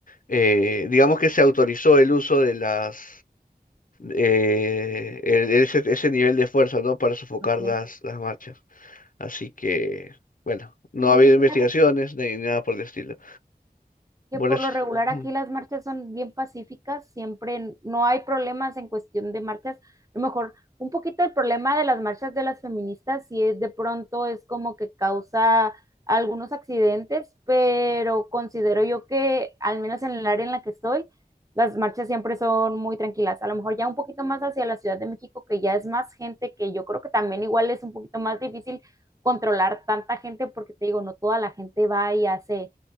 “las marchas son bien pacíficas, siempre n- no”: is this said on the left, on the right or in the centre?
Right